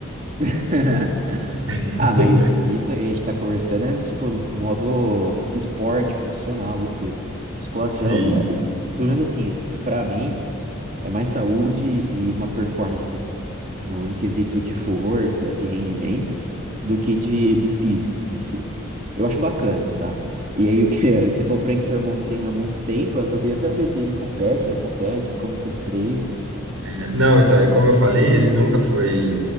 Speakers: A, on the right; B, on the right.
A: <laughs>
B: <laughs>
A: Ah, mas isso a gente tá conversando é tipo no modo esporte profissional e tudo. Musculação,
B: Sim.
A: é, pelo menos assim, pra mim, é mais saúde e uma performance no, no quesito de força, de rendimento, do que de, de físico em si. Eu acho bacana, tá? E aí, o que <laughs> você falou pra mim que seu irmão treina há muito tempo, eu só queria saber se ele compete, não compete, como que ele treina.
B: É, Não, então, é como eu falei, ele nunca foi.